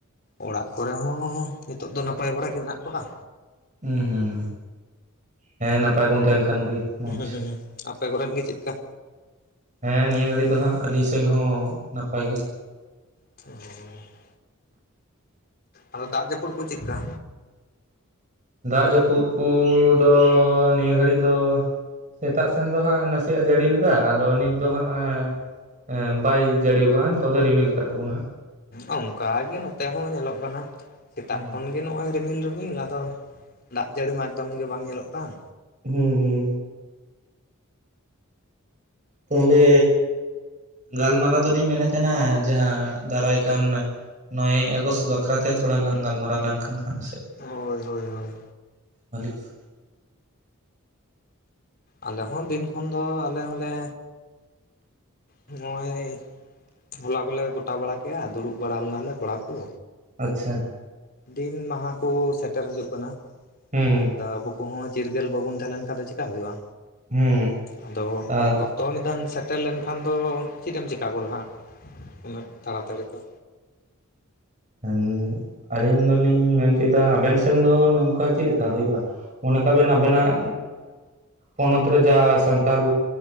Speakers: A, on the left; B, on the right.
A: ᱚᱲᱟᱜ ᱠᱚᱨᱮ ᱦᱚᱸ ᱱᱤᱛᱚᱜ ᱫᱚ ᱱᱟᱯᱟᱭ ᱵᱟᱲᱟ ᱜᱮ ᱢᱮᱱᱟᱜ ᱠᱚᱣᱟ᱾
B: ᱩᱸ ᱦᱩᱸ ᱦᱮᱸ ᱱᱟᱯᱟᱭ ᱵᱚᱱ ᱛᱟᱦᱮᱱ ᱠᱷᱟᱱ ᱜᱮ᱾ ᱢᱚᱡᱽ
A: ᱦᱩᱸ ᱦᱩᱸ ᱦᱩᱸ ᱦᱩᱸ <unintelligible> ᱟᱯᱮ ᱠᱚᱨᱮᱱ ᱜᱮ ᱪᱮᱜᱠᱟ,
B: ᱦᱮᱸ ᱱᱤᱭᱟᱹ ᱜᱷᱟᱹᱲᱤ ᱫᱚ ᱦᱟᱸᱜ ᱟᱹᱞᱤᱧ ᱥᱮᱱ ᱦᱚᱸ ᱱᱟᱯᱟᱭ ᱜᱮ,
A: <inaudible> ᱟᱫᱚ ᱫᱟᱜ ᱡᱟᱹᱯᱩᱫ ᱠᱚ ᱪᱮᱜ-ᱠᱟ?
B: ᱫᱟᱜ ᱡᱟᱹᱯᱩᱫ ᱠᱩᱻ ᱫᱚ ᱱᱤᱭᱟᱹ ᱜᱷᱟᱹᱲᱤ ᱫᱚ ᱥᱮᱛᱟᱜ ᱥᱮᱱ ᱫᱚ ᱦᱟᱸᱜ ᱱᱟᱥᱤᱭᱟᱜ ᱮ ᱡᱟᱹᱲᱤ ᱞᱮᱫᱟ ᱟᱫᱚ ᱱᱤᱛ ᱫᱚ ᱦᱟᱸᱜ ᱟᱻ <unintelligible> ᱵᱟᱭ ᱡᱟᱹᱲᱤ ᱟᱠᱟᱜ ᱱᱤᱛᱚᱜ ᱫᱚᱭ ᱨᱤᱢᱤᱞ ᱠᱟᱜ ᱛᱟᱵᱚᱱᱟ᱾
A: ᱚᱸ <unintelligible> ᱚᱱᱠᱟ ᱜᱮ ᱱᱚᱛᱮ ᱦᱚᱸ ᱧᱮᱞᱚᱜ ᱠᱟᱱᱟ᱾ ᱥᱮᱛᱟᱜ
B: ᱦᱟᱸᱜ
A: ᱠᱷᱚᱱ ᱜᱮ ᱱᱚᱜᱼᱚᱭ ᱨᱤᱢᱤᱞ ᱨᱤᱢᱤᱞ ᱟᱫᱚ ᱫᱟᱜ ᱡᱟᱹᱲᱤ ᱢᱟ ᱮᱠᱫᱚᱢ ᱜᱮ ᱵᱟᱝ ᱧᱮᱞᱚᱜ ᱠᱟᱱ᱾
B: ᱦᱮᱸ ᱦᱩᱸ᱾ ᱛᱟᱦᱞᱮ ᱜᱟᱞᱢᱟᱨᱟᱣ ᱫᱚ ᱞᱤᱧ ᱢᱮᱱᱮᱫ ᱛᱟᱦᱮᱱᱟ ᱡᱟᱸᱦᱟ ᱫᱟᱨᱟᱭ ᱠᱟᱱᱼᱼ ᱱᱚᱭᱮ ᱟᱜᱚᱥᱴ ᱵᱟᱠᱷᱨᱟ ᱛᱮ ᱛᱷᱚᱲᱟ ᱞᱟᱝ ᱜᱟᱞᱢᱟᱨᱟᱣ ᱞᱮᱱᱼᱼ <unintelligible> ᱥᱮ
A: ᱦᱳᱭ ᱦᱳᱭ ᱦᱳᱭ
B: <unintelligible>
A: ᱟᱞᱮ ᱦᱚᱸ ᱫᱤᱱ ᱠᱷᱚᱱ ᱫᱚ ᱟᱞᱮ ᱦᱚᱸ ᱞᱮᱼᱼ ᱱᱚᱜᱼᱚᱭ ᱦᱚᱞᱟ ᱜᱚᱞᱮ ᱜᱚᱴᱟ ᱵᱟᱲᱟ ᱠᱮᱜ-ᱟ ᱫᱩᱲᱩᱵ ᱵᱟᱲᱟ ᱞᱮᱱᱟ ᱞᱮ ᱠᱚᱲᱟ ᱠᱩ᱾
B: ᱟᱪᱪᱷᱟ᱾
A: ᱫᱤᱱ ᱢᱟᱦᱟ ᱠᱚ ᱥᱮᱴᱮᱨ ᱦᱟᱡᱩᱜ ᱠᱟᱱᱟ
B: ᱦᱩᱸ
A: ᱛᱚ ᱟᱵᱚ ᱠᱚᱦᱚᱸᱼᱼ ᱪᱤᱨᱜᱟᱹᱞ ᱵᱟᱵᱚᱱ ᱛᱟᱦᱮᱸ ᱞᱮᱱ ᱠᱷᱟᱱ ᱫᱚ ᱪᱮᱠᱟ ᱦᱩᱭᱩᱜᱼᱟ
B: ᱦᱩᱸ
A: ᱟᱫᱚ ᱼᱼ
B: ᱟᱨ
A: ᱛᱚ ᱢᱤᱫ ᱫᱷᱟᱣ ᱮᱢ ᱥᱮᱴᱮᱨ ᱞᱮᱱᱠᱷᱟᱱ ᱫᱚ, ᱪᱮᱫ ᱮᱢ ᱪᱤᱠᱟ ᱜᱚᱫᱟ ᱦᱟᱸᱜ ᱩᱱᱟᱹᱜ ᱛᱟᱲᱟᱛᱟᱹᱲᱤ ᱫᱚ᱾
B: ᱮᱱ ᱟᱹᱞᱤᱧ ᱫᱚ ᱞᱤᱧ ᱢᱮᱱ ᱪᱚᱭ ᱫᱟ ᱟᱵᱮᱱ ᱥᱮᱱ ᱫᱚ ᱱᱚᱝᱠᱟ ᱪᱮᱫ ᱞᱮᱠᱟ ᱦᱩᱭᱩᱜᱼᱟ? ᱢᱚᱱᱮ ᱠᱟᱜ ᱵᱮᱱ ᱟᱵᱮᱱᱟᱜ ᱦᱚᱱᱚᱛ ᱨᱮ ᱡᱟᱦᱟ ᱥᱟᱱᱛᱟᱞᱼᱼ